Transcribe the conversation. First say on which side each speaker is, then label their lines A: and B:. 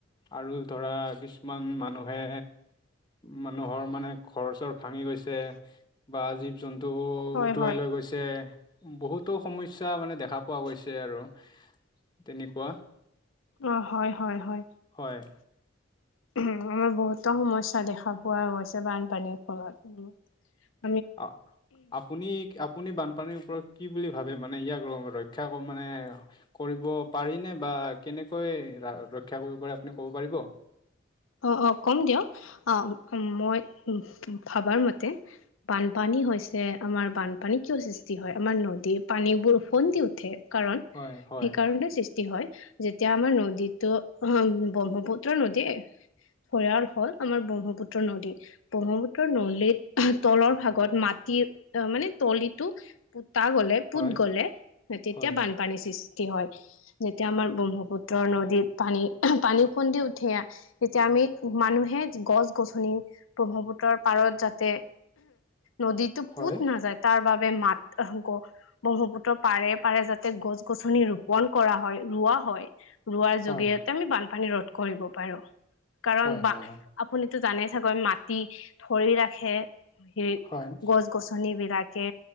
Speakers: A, on the left; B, on the left.
A: আৰু ধৰা কিছুমান মানুহে মানুহৰ মানে ঘৰ-চৰ ভাঙি গৈছে বা জীৱ-জন্তুবোৰ
B: হয়,
A: উটুৱাই
B: হয়।
A: লৈ গৈছে। যে বহুতো সমস্যা মানে দেখা পোৱা গৈছে আৰু তেনেকুৱা
B: অ, হয়, হয়, হয়।
A: হয়।
B: আমাৰ বহুতো সমস্যা দেখা পোৱা গৈছে বানপানীৰ ফলত। উ <unintelligible>
A: অ, আপুনি আপুনি বানপানীৰ ওপৰত কি বুলি ভাবে মানে ইয়াক ৰক্ষা ক মানে কৰিব পাৰিনে বা কেনেকৈ ৰা ৰক্ষা কৰিব পাৰে আপুনি ক'ব পাৰিব?
B: অ' অ' কম দিয়ক, অ' মই ভাবাৰ মতে বানপানী হৈছে আমাৰ বানপানী কিয় সৃষ্টি হয় আমাৰ নদী পানীবোৰ ওফন্দি উঠে। কাৰণ
A: হয়
B: সেইকাৰণে
A: হয়
B: সৃষ্টি ষ্টি হয়, যেতিয়া আমাৰ নদীতো অ' ব্ৰহ্মপুত্ৰ নদীয়ে ভয়াল হ'ল আমাৰ ব্ৰহ্মপুত্ৰ নদী। ব্ৰহ্মপুত্ৰৰ নদীৰ তলৰ ভাগত মাটিৰ মানে তলিটো পোতা গ'লে,
A: হয়
B: পুত গ'লে তেতিয়া
A: হয়
B: বানপানীৰ সৃষ্টি হয় যেতিয়া আমাৰ ব্ৰহ্মপুত্ৰৰ নদীত পানী পানী ওফন্দি উঠে যেতিয়া আমি মানুহে গছ গছনি ব্ৰহ্মপুত্ৰৰ পাৰত যাতে নদীতো
A: হয়
B: পোত নাযায়। তাৰ বাবে মাত আহ গ ব্ৰহ্মপুত্ৰ পাৰে পাৰে যাতে গছ গছনি ৰোপন কৰা হয়, ৰোৱা হয়। ৰোৱাৰ
A: হয়
B: জৰিয়তে আমি বানপানী ৰোধ কৰিব পাৰোঁ। কাৰণ
A: হয়
B: বা
A: হয়
B: আপুনিতো জানে চাগৈ মাটি ধৰি ৰাখে। সেই
A: হয়
B: গছ গছনি বিলাকে